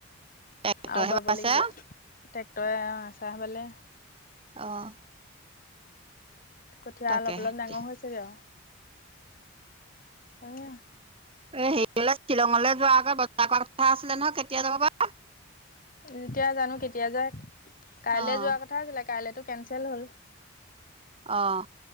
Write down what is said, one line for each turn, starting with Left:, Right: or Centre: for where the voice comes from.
Right: ট্ৰেক্টৰহে
Left: আৰু বাব
Right: বাইছে
Left: লাগিব ট্ৰেক্টৰে চাহবলে
Right: অ'।
Left: কঠীয়া
Right: তাকেহে
Left: অলপ অলপ
Right: এতিয়া
Left: ডাঙৰ হৈছেগে আৰু <unintelligible>
Right: এ হেৰি হলে শ্বিলঙলৈ যোৱা আগত বজাৰ কৰা কথা আছিলে নহয় কেতিয়া যাবা
Left: যেতিয়া জানো কেতিয়া যাই কাইলে
Right: অ',
Left: যোৱা কথা আছিলে কাইলেতো কেঞ্চেল হ'ল
Right: অ',